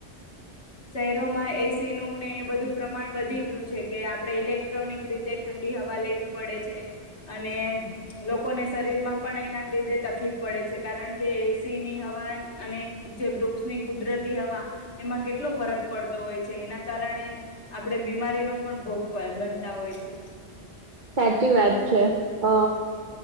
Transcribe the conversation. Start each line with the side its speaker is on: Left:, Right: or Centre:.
Left: એસીનું ને એ બધું પ્રમાણ વધી ગયું છે કે આપણે ઇલેક્ટ્રોનિક રીતે ઠંડી હવા લઈ પડે છે, અને લોકોને શરીરમાં પણ એના લીધે તકલીફ પડે છે, કારણ કે એસીની હવા અને જે વૃક્ષની કુદરતી હવા એમાં કેટલો ફરક પડતો હોય છે એના કારણે આપણેે બીમારીનો પણ ભોગ બનતા હોય છે,
Right: સાચી વાત છે અ